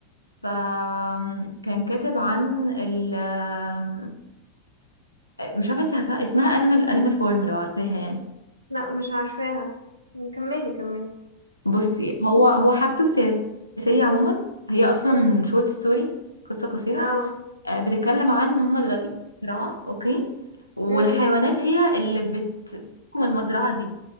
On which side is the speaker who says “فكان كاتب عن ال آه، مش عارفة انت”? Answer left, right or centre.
Left